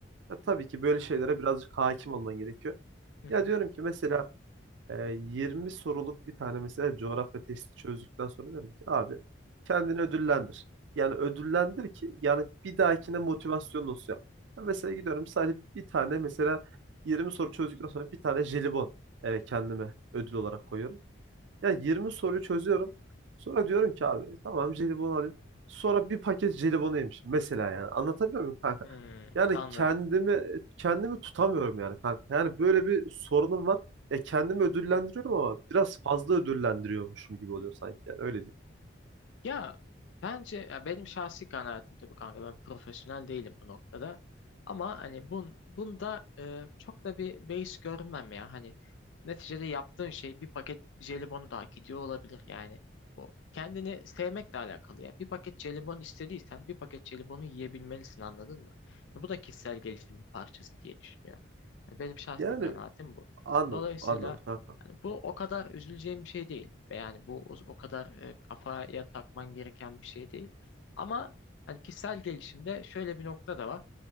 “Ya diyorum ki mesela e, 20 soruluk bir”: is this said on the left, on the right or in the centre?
Right